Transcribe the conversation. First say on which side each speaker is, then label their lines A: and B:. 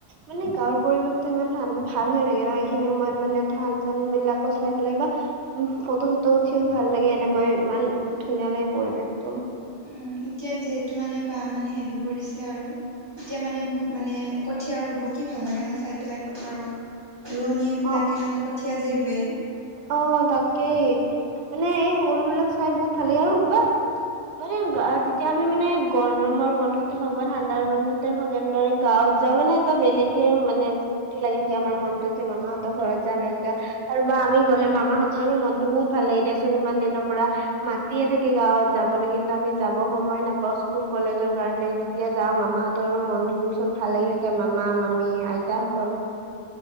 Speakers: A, on the right; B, on the right.
A: মানে গাঁৱৰ পৰিৱেশটো ইমান ধান- ভাল হৈ থাকে নহয়, এইখিনি সময়ত মানে ধান-চান বিলাকো চাই ভাল লাগে বা- উম', ফটো-চটো উঠিও ভাল লাগে, এনেকৈ ইমান ধুনীয়া লাগে পৰিৱেশটো।
B: উম এতিয়া যিহেতু মানে বা মানে হেৰি পৰিছে- চে আৰু এতিয়া মানে- ভুক- মানে কঠীয়া ৰুব কি ভাল লাগে ন চাই পেলাই পথাৰত? ৰোৱনীয়ে বিলাকে
A: অ
B: মানে কঠীয়া যে ৰুৱে -
A: অ', তাকেই মানে এই সকলো বিলাক চাই বহুত ভাল লাগে আৰু ন- অ', গা- যেতিয়া আমি মানে গৰমৰ বন্ধতে হওক বা ঠাণ্ডাৰ বন্ধতে হওক এনেদৰে গাঁৱত- যোৱা মানে এটা বেলেগে মানে- ফুৰ্তি লাগি থাকে আমাৰ মনটো যে মামা হতৰ ঘৰত যাম একে আৰু বা আমি - গ'লে মামা হতৰো মনটো বহুত ভাল লাগে দিয়াচোন ইমান দিনৰ পৰা- মাতিয়ে থাকে গাঁৱত যাবলৈ কিন্তু আমি যাব সময় নাপাওঁ, স্কুল কলেজৰ কাৰণে য- যেতিয়া যাওঁ মামা হতৰো মন-চন ভাল লাগি থাকে মামা-মামী আইতা সকল।